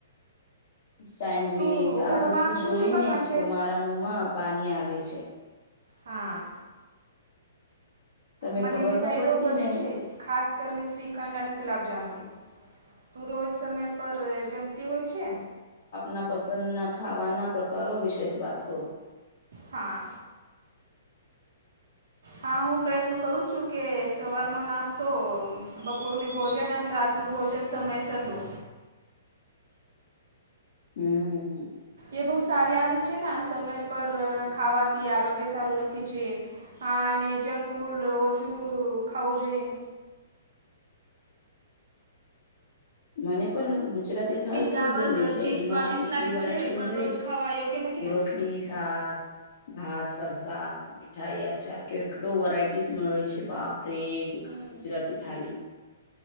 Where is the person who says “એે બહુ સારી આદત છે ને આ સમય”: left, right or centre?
Right